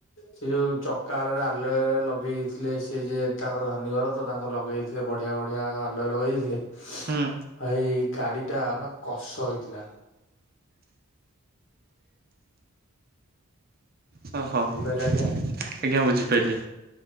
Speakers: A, on the left; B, on the right.
A: ସେ ଯୋଉ ଚକା ରେ ଆଲାୟ ର ଲଗେଇ ଦେଇଥିଲେ ସେ ଯଉ ତାଙ୍କର ଧନୀ ଘର ତ ତାଙ୍କର ଲଗେଇଦେଇଥିବେ। ବଢିଆ ବଢିଆ ଆଲୟ ଲଗେଇ ଦେଇ ଥିଲେ।
B: ହୁଁ
A: ଭାଇ ଗାଡି ଟା ପୁରା କଷ ହେଇଥିଲା।
B: ହଁ ହ
A: ବୁଝିପାରିଲେ ଆଜ୍ଞା।
B: ଆଜ୍ଞା ମୁଁ ବୁଝିପାରିଲି।